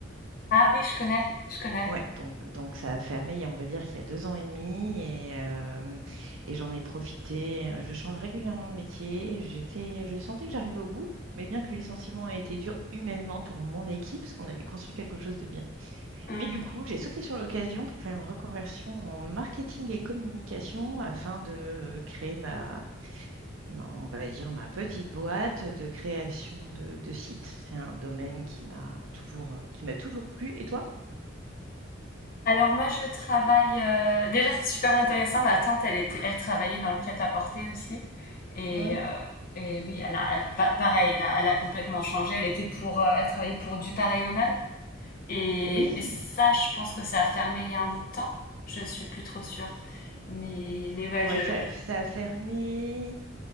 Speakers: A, on the left (about 45°); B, on the right (about 80°).
A: Ah oui, je connais, je connais.
B: Ouais, donc, donc ça a fermé, il y a- on va dire qu'il y a deux ans et demi, et, euh, et j'en ai profité. Euh, Je change régulièrement de métier. J'étais, je sentais que j'arrivais au bout, mais bien que le licenciement ait été dur humainement pour mon équipe, parce qu'on avait construit quelque chose de bien.
A: Mmh.
B: Mais du coup, j'ai sauté sur l'occasion pour faire une reconversion en marketing et communication afin de euh, créer ma, ma- on va dire, ma petite boîte de création de, de sites. C'est un domaine qui m'a toujours, euh, qui m'a toujours plu. Et toi?
A: Alors moi, je travaille. euh, Déjà, c'est super intéressant. Ma tante, elle était, elle travaillait dans le prêt-à-porter aussi. Et,
B: Ouais.
A: euh, et oui, elle a, elle- pa- pareil, elle a, elle a complètement changé. Elle était pour, euh, elle travaillait pour du pareil au même. Et
B: Oui.
A: mais ça, je pense que ça a fermé il y a un bout de temps. Je suis plus trop sûre. Mais mais ouais,
B: Ouais,
A: je,
B: ça,
A: je-
B: ça a fermé